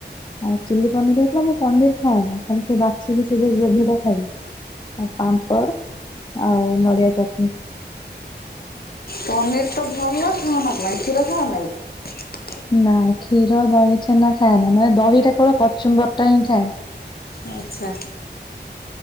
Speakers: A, on the left; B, on the left.
A: ଆଉ ଚିଲି ପନିର ହେଇଥିଲା ମୁଁ ପନିର ଖାଏନା ଖାଲି ସେ ବାଛିିକି। ଗ୍ରେଭି ଟା ଖାଇଲି ଆଉ ପାମ୍ପଡ଼। ଆଉ ନଡ଼ିଆ ଚଟନୀ।
B: ପନିର ତ ଭଲ ଖାଅନା କଣ ପାଇଁ କ୍ଷୀର ଖାଉନ କାଇଁ।
A: ନା କ୍ଷୀର ଦହି ଛେନା ଖାଏ ନା ମାନେ ଦହିଟା କେବଳ କଚୁମ୍ବରଟା ହିଁ ଖାଏ।
B: ଆଚ୍ଛା।